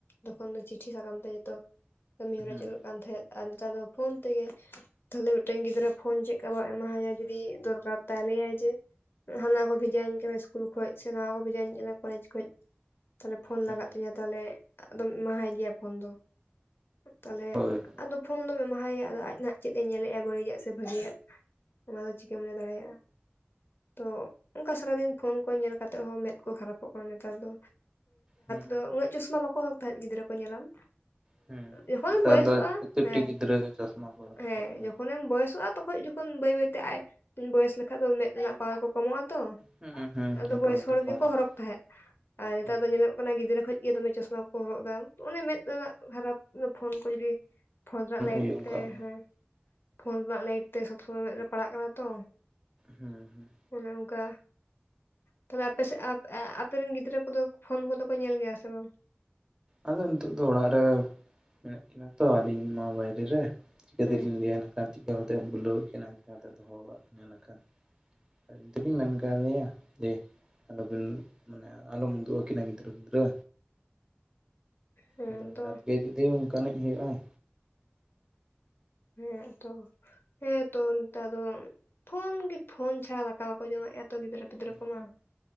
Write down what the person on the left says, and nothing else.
ᱛᱚᱠᱷᱚᱱ ᱫᱚ ᱪᱤᱴᱷᱤ ᱥᱟᱠᱟᱢ ᱛᱮ ᱡᱚᱛᱚ ᱠᱟᱹᱢᱤ ᱦᱚᱨᱟ
ᱪᱟᱹᱞᱩᱜ ᱠᱟᱱ ᱛᱟᱦᱮᱸᱫ᱾ ᱟᱨ ᱱᱮᱛᱟᱨ ᱫᱚ ᱯᱷᱳᱱ ᱛᱮᱜᱮ ᱛᱟᱦᱚᱞᱮ ᱢᱤᱫᱴᱟᱝ ᱜᱤᱫᱽᱨᱟᱹ ᱯᱷᱳᱱ ᱪᱮᱫ ᱞᱮᱠᱟ ᱵᱢ ᱮᱢᱟᱦᱟᱭᱟ ᱡᱩᱫᱤ ᱫᱚᱨᱠᱟᱨ ᱛᱟᱭ ᱞᱟᱹᱭᱟᱭ ᱡᱮ ᱦᱟᱱᱟ ᱠᱚ ᱵᱷᱮᱡᱟᱤᱧ ᱠᱟᱱᱟ ᱥᱤᱥᱠᱩᱞ ᱠᱷᱚᱡ ᱥᱮ ᱱᱟᱣᱟ ᱠᱚ ᱵᱷᱮᱡᱟᱤᱧ ᱠᱟᱱᱟ ᱠᱚᱞᱮᱡ ᱠᱷᱚᱡ ᱛᱟᱦᱮ ᱯᱷᱳᱱ
ᱞᱟᱜᱟᱜ ᱮ ᱟᱫᱚᱢ ᱮᱢᱟᱦᱟᱭ ᱜᱮᱭᱟ ᱯᱷᱳᱱ ᱫᱚ ᱛᱟᱦᱞᱮ
ᱟᱫᱚ ᱯᱷᱳᱱ ᱫᱚᱢ ᱮᱢᱟᱦᱟᱭᱟ ᱟᱫᱚ ᱟᱡ ᱱᱟᱦᱟᱜ ᱪᱮᱫ ᱮ ᱧᱮᱞᱮᱫᱼᱟ ᱵᱟᱹᱲᱤᱡᱟᱜ ᱥᱮ ᱵᱷᱟᱹᱜᱤᱭᱟᱜ ᱚᱱᱟ ᱫᱚ ᱪᱤᱠᱟᱢ ᱞᱟᱹᱭ ᱫᱟᱲᱮᱭᱟᱜᱼᱟ᱾ ᱛᱚ ᱚᱱᱠᱟ ᱥᱟᱨᱟᱫᱤᱱ ᱯᱷᱳᱱ ᱠᱚ ᱧᱮᱞ ᱠᱟᱛᱮᱜ ᱦᱚᱸ ᱢᱮᱫ ᱠᱚ ᱠᱷᱟᱨᱟᱯᱚᱜ ᱠᱟᱱᱟ ᱱᱮᱛᱟᱨ ᱫᱚ
ᱛᱚ ᱩᱱᱟᱹᱜ ᱪᱚᱥᱟ ᱵᱟᱠᱚ ᱦᱚᱨᱚᱜᱽ ᱛᱟᱦᱮᱸᱫ ᱜᱤᱫᱽᱨᱟᱹ ᱠᱚ ᱧᱮᱞᱟᱢ
ᱡᱚᱠᱷᱚᱱᱮᱢ
ᱵᱚᱭᱮᱥᱚᱜᱼᱟ
ᱦᱮᱸ
ᱦᱮᱸ
ᱡᱚᱠᱷᱚᱱᱮᱢ ᱵᱚᱭᱮᱥᱚᱜᱼᱟ ᱛᱚᱠᱷᱚᱡ ᱚᱠᱷᱚᱱ ᱵᱟᱹᱭ ᱵᱟᱹᱭᱛᱮ ᱟᱡ ᱵᱚᱭᱮᱥ ᱞᱮᱠᱷᱟᱡ ᱫᱚ ᱢᱮᱫ ᱨᱮᱱᱟᱜ ᱯᱟᱣᱟᱨ ᱠᱚ ᱠᱚᱢᱚᱜ ᱟ ᱛᱚ
ᱟᱫᱚ
ᱵᱚᱭᱮᱥ ᱦᱚᱲ
ᱜᱮᱠᱚ ᱦᱚᱨᱚᱜ ᱛᱟᱦᱮᱸᱫ ᱟᱨ ᱱᱮᱛᱟᱨ
ᱫᱚ ᱧᱮᱞᱚᱜ ᱚᱱᱟ ᱜᱤᱫᱽᱨᱟᱹ ᱠᱷᱚᱱ ᱜᱮ ᱫᱚᱢᱮ ᱪᱚᱥᱢᱟ ᱠᱚ ᱦᱚᱨᱚᱜ ᱮᱫᱟ ᱚᱱᱮ ᱢᱮᱫ ᱨᱮᱱᱟᱜ ᱠᱷᱟᱨᱟᱯ ᱯᱷᱳᱱ ᱠᱚ ᱡᱩᱫᱤ ᱯᱷᱳᱱ ᱨᱮᱱᱟᱜ ᱞᱟᱹᱭᱤᱴ
ᱛᱮ ᱦᱮᱸ ᱯᱷᱳᱱ ᱨᱮᱱᱟᱜ ᱞᱟᱭᱤᱴ ᱛᱮ ᱥᱚᱵ ᱥᱚᱢᱚᱭ ᱢᱮᱫᱨᱮ ᱯᱟᱲᱟᱜ ᱠᱟᱱᱟ ᱛᱚ
ᱚᱱᱮ ᱚᱱᱠᱟ ᱛᱟᱦᱞᱮ ᱟᱯᱮ ᱥᱮᱫ ᱟᱯᱮ ᱨᱮᱱ ᱜᱤᱫᱽᱨᱟᱹ ᱠᱚᱫᱚ ᱯᱷᱳᱱ ᱠᱚᱫᱚ ᱠᱚ ᱧᱮᱞ ᱜᱮᱭᱟ ᱥᱮ ᱵᱟᱝ?
ᱦᱮᱸ
ᱦᱮᱸ
ᱛᱚ
ᱦᱮᱸ ᱛᱚ ᱦᱮᱸᱛᱚ ᱱᱮᱛᱟᱨ ᱫᱚ ᱯᱷᱳᱱ ᱜᱤ ᱯᱷᱳᱱ ᱪᱷᱟᱲᱟ ᱫᱟᱠᱟ ᱵᱟᱠᱚ ᱡᱚᱢᱮᱫ ᱛᱚ ᱜᱤᱫᱽᱨᱟᱹ ᱯᱤᱫᱽᱨᱟᱹ
ᱠᱚᱢᱟ